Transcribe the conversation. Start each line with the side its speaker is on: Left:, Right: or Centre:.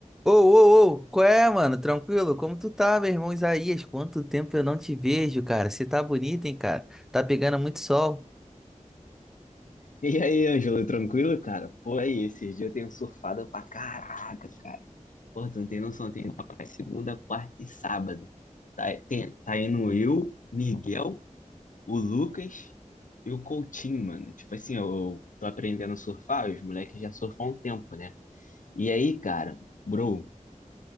Centre: Ô, ô, ô, qual é, mano? Tranquilo? Como tu tá, meu irmão Isaías? Quanto tempo eu não te vejo, cara? Você tá bonito, hein, cara? Tá pegando muito sol.
Left: E aí, Ângelo, tranquilo, cara? Pô, aí, esses dias eu tenho surfado pra caraca, cara. Pô, tu não tem noção, tem segunda, quarta e sábado. Tá, tem- tá indo eu, Miguel, o Lucas e o Coutinho, mano. Tipo assim, eu tô aprendendo a surfar, os moleques já surfam há um tempo, né? E aí, cara, bro,